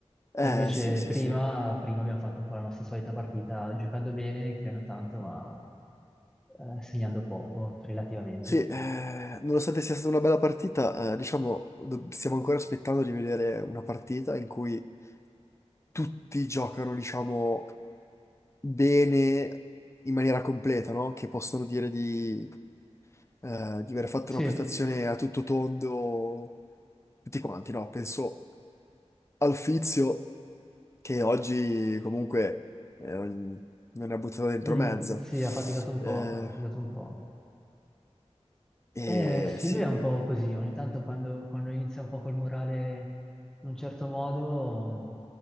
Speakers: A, on the left (about 25°); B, in the centre.
A: Eh,
B: E invece
A: sì, sì,
B: prima,
A: sì.
B: prima abbiamo fatto un po' la nostra solita partita, giocando bene, creando tanto, ma eh, segnando poco, relativamente.
A: Sì,
B: perché-
A: eh, nonostante sia stata una bella partita, eh, diciamo, do- stiamo ancora aspettando di vedere una partita in cui tutti giocano, diciamo, bene in maniera completa, no? Che possono dire di, eh, di aver fatto
B: Sì,
A: una prestazione a tutto tondo, tutti quanti, no? Penso al Fizio. che oggi comunque eh, ogn- me ne ha buttato dentro
B: mm,
A: mezza.
B: sì, ha faticato un
A: Eh,
B: po', ha faticato un po'.
A: e
B: Eh, sì,
A: sì,
B: lui è un po' così, ogni tanto quando, quando inizia un po' col morale in un certo modo